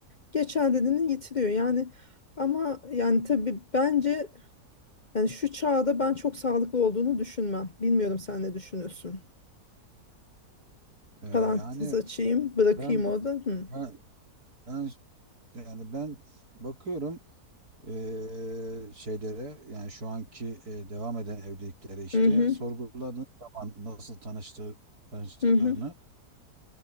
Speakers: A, on the left; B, on the right.
A: Geçerliliğini yitiriyor. Yani ama yani tabii bence yani şu çağda ben çok sağlıklı olduğunu düşünmem. Bilmiyorum sen ne düşünüyorsun.
B: e, yani
A: Parantez açayım, bırakayım
B: ben
A: orada. Hı.
B: ben ben yani ben bakıyorum eee, şeylere yani şu anki eee, devam eden evliliklere işte
A: Hı hı,
B: sorguladığın zaman nasıl tanıştığı, tanıştıklarını
A: hı hı,